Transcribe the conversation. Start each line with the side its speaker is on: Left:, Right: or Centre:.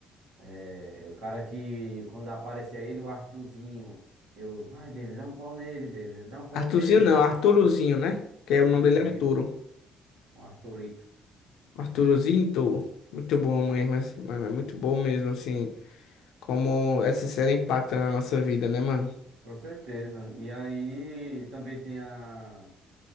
Right: É, o cara que, quando aparecia ele, o Arthurzinho. Eu, vai, Denver, dá um pau nele, Denver, dá um pau
Left: Arthurzinho
Right: nele.
Left: não, Arturozinho, né? Que
Right: É,
Left: é o
Right: Arthurito,
Left: nome dele é Arturo.
Right: o Arthurito.
Left: Arturozinho, Tolo. muito bom mesmo, mas- mano, é muito bom mesmo, assim, como essa série impacta na nossa vida, né, mano?
Right: Com certeza. E aí também tem a. A